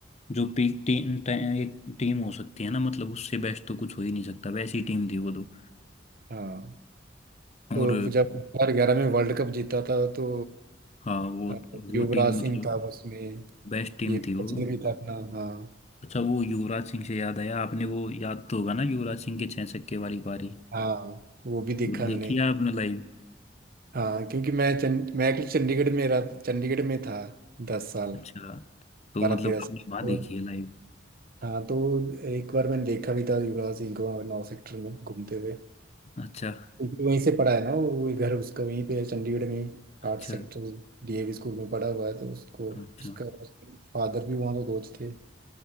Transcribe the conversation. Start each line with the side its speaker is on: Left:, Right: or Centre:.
Left: जो पीक टीम एक टीम हो सकती है ना मतलब उससे बेस्ट तो कुछ हो ही नहीं सकता वैसी टीम थी वो तो
Right: हाँ
Left: और
Right: तो जब 2011 में वर्ल्ड कप जीता था तो
Left: हाँ वो
Right: अ,
Left: वो
Right: युवराज
Left: टीम मतलब
Right: सिंह था उसमें
Left: बेस्ट टीम
Right: ये सचिन
Left: थी वो
Right: भी था अपना हाँ
Left: अच्छा वो युवराज सिंह से याद आया आपने वो याद तो होगा ना युवराज सिंह के छह छक्के वाली पारी
Right: हाँ वो भी देखा
Left: वो
Right: मैंने
Left: देखी है आपने लाइव
Right: हाँ क्योंकि मैं चंड मैं एक्चुअली चंडीगढ़ में रहा चंडीगढ़ में था दस साल
Left: अच्छा तो
Right: बारह
Left: मतलब
Right: तेरह साल
Left: आपने
Right: तो,
Left: वहां देखी है लाइव
Right: हाँ तो एक बार मैंने देखा भी था युवराज सिंह को वहाँ नौ सेक्टर में घूमते हुए
Left: अच्छा
Right: क्योंकि वहीं से पढ़ा है ना वो वो घर उसका वहीं पे है चंडीगढ़ में ही,
Left: अच्छा
Right: आर्ट सेक्टर डीएवी स्कूल में पढ़ा हुआ है तो उसको
Left: अच्छा
Right: उसका उसके फादर भी वहाँ का कोच थे